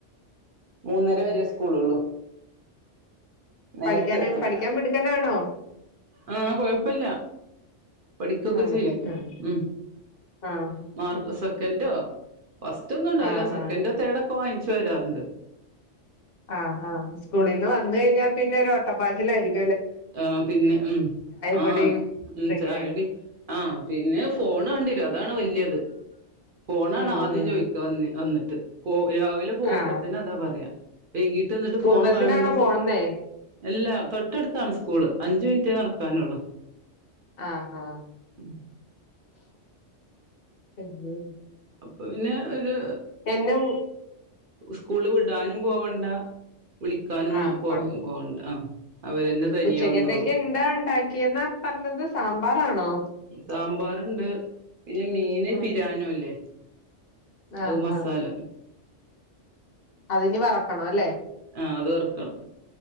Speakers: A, on the right (about 55°); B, on the left (about 55°).
A: മൂന്നര
B: ഉം
A: വരെ സ്കൂൾ ഉള്ളു നേരത്തെ
B: പഠിക്കാന്
A: എത്തും.
B: പഠിക്കാൻ മിടുക്കനാണോ
A: ആ കുഴപ്പല്ല. പഠിക്കൊക്കെ
B: ആണല്ലേ
A: ചെയ്യും
B: ആഹ്
A: ഉം
B: ആഹ്
A: മാർക്ക് സെക്കൻഡോ ഫസ്റ്റ് ഒന്നും ഉണ്ടാവില്ല
B: ആഹ്
A: സെക്കൻഡ്
B: ആഹ്
A: തേർഡോക്കെ വാങ്ങിച്ചു വരാറുണ്ട്
B: ആഹ് ആഹ് സ്കൂളീന്ന് വന്ന് കഴിഞ്ഞാ പിന്നെ ഒരു ഒട്ടപ്പാച്ചിലായിരിക്കും
A: ആഹ് പിന്നെ മ്
B: കുടിയും
A: ആഹ് മ്
B: ഇതൊക്കെ
A: ചായുടി പിന്നെ ഫോൺ ലേ വേണ്ടി വരും അതാണ് വലിയത് ഫോണാണ്
B: ഉം
A: ആദ്യം
B: ഉം
A: ചോദിക്കാ വന്നിട്ട് പോ രാവിലെ പോമ്പോത്തേനും
B: ആഹ്
A: അതാ പറയാ വൈകീട്ട് വന്നിട്ട്
B: സ്കൂൾ
A: ഫോൺ
B: ബസ്സിനാണോ
A: വേണന്ന് <unintelligible>
B: പോവുന്നേ
A: അല്ല തൊട്ടടുത്താണ് സ്കൂള് അഞ്ച മിനിറ്റ് <unintelligible> നടക്കാനുള്ളൂ
B: ആഹ് ആഹ്
A: മ്
B: <unintelligible> <inaudible>
A: അപ്പൊ പിന്നെ ഒരു
B: എന്നും
A: സ്കൂള് വിടാനും പോവണ്ട. വിളിക്കാനൊന്നും
B: ആഹ്
A: പോ
B: കൊ
A: പോണ്ട ആ അവരെന്നെ തനിയെ
B: ഉച്ചക്കത്തേക്ക്
A: വന്നോളും
B: എന്താ ഉണ്ടാക്കിയെന്ന പ <unintelligible> സാമ്പാറാണോ?
A: സാമ്പാറുണ്ട് പിന്നെ മീന്
B: ഉം
A: പിരാനോഅല്ലെ.
B: ആഹ്
A: അത് മസാല
B: ആഹ് അതിനി വറുക്കണം അല്ലേ.
A: ആഹ് അത് വറുക്കണം-